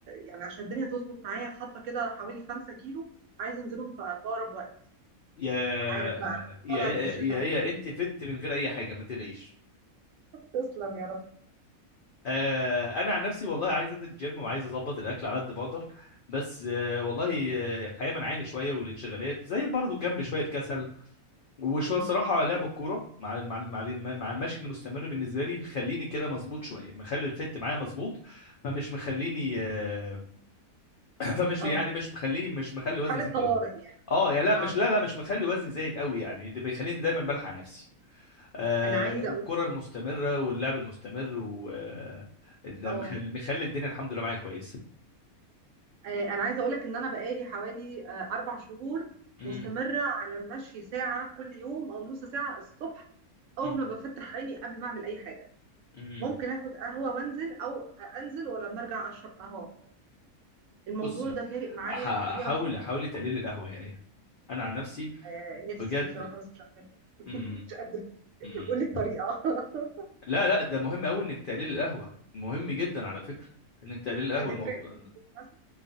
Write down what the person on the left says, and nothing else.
يا
يا
يا
يا يا انت فت من غير اي حاجه ما تقلقيش
آه انا عن نفسي والله عايز انزل الجيم وعايز اظبط الاكل على قد ما اقدر بس آه والله آه، الحياه منعاني شويه والانشغالات زي برضو جنب شويه كسل وشويه
صراحه لعب الكوره مع مع مع مع المشي المستمر بالنسبه لي مخليني كده مظبوط شويه مخلي الفت معايا مظبوط فمش مخليني آه <clears throat> فمش
يعني مش مخليني مش مخلي وزني
يزيد
قوي
اه يا لا مش
لا لا مش مخلي وزني زايد قوي يعني اللي بيخليني دايما بلحق نفسي آه،
الكرة
المستمرة واللعب المستمر و آه، ده
مخلي مخلي الدنيا الحمد لله معايا كويسة
مم.
مم.
مم.
بصي
ح-
حاولي
حاولي تقللي القهوة يا ايه انا عن نفسي
بجد
مم.
مم.
لا لا ده مهم قوي انك تقليل القهوة مهم جدا على فكرة انك تقليل القهوة
الموضوع